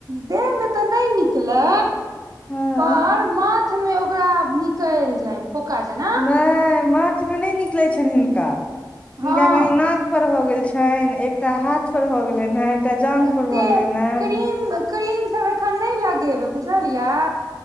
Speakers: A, on the right (about 55°); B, on the left (about 15°).
A: देह मे तऽ नहि निकलै
B: हँ
A: पर माथ मे ओकरा निकल जाय फोका जेना
B: नहि माथ मे नहि निकलै छनि हिनका
A: हँ
B: हिनका कनी नाक <unintelligible> भ गेल छनि एकटा हाथ पर भ गेलन हे एकटा जांग
A: औते
B: पर भऽ गेलनि हे
A: क्रीम क्रीम सब एखन नहि लगेबय बुझलियै